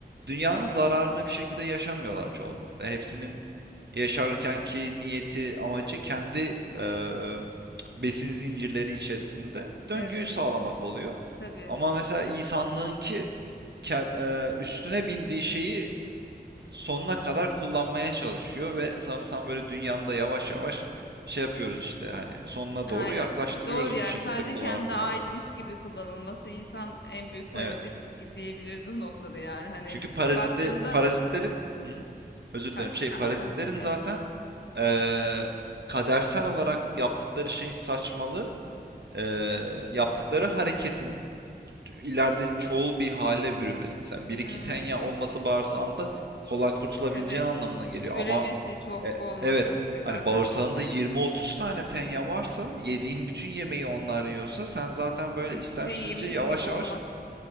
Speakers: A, on the right; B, on the left.
A: dünyanın zararına bir şekilde yaşamıyorlar çoğunlukla. Hepsinin yaşarkenki niyeti, amacı kendi e, besin zincirleri içerisinde döngüyü
B: Evet
A: sağlamak oluyor.
B: tabii.
A: Ama mesela insanlığınki ke- e, üstüne bindiği şeyi sonuna kadar kullanmaya çalışıyor ve sanırsam böyle dünyanın da yavaş yavaş şey yapıyoruz işte hani sonuna doğru
B: Aynen.
A: yaklaştırıyoruz
B: Doğru yani
A: bu şekilde
B: sadece
A: kullana
B: kendine
A: kullana.
B: aitmiş gibi kullanılması insan en büyük
A: Evet.
B: parazit diyebiliriz o noktada yani. Hani
A: Çünkü parazitle
B: baktığında
A: parazitlerin Hı hı. özür dilerim
B: ha,
A: şey
B: a-
A: parazitlerin
B: a- evet.
A: zaten eee, kadersel olarak yaptıkları şeyin saçmalığı eee, yaptıkları hareketin ileride çoğul bir hale bürünmesi. Mesela bir iki
B: Hmm,
A: tenya olması bağırsağında kolay kurtulabileceğin
B: evet.
A: anlamına geliyor
B: İşte
A: ama
B: üremesi çok
A: E,
B: olması
A: evet.
B: işte zaten
A: Hani bağırsağında
B: için
A: 20-30 tane tenya varsa yediğin bütün yemeği onlar yiyorsa sen zaten böyle
B: hiçbir
A: istemsizce
B: şey yemiş
A: yavaş
B: gibi olmaz.
A: yavaş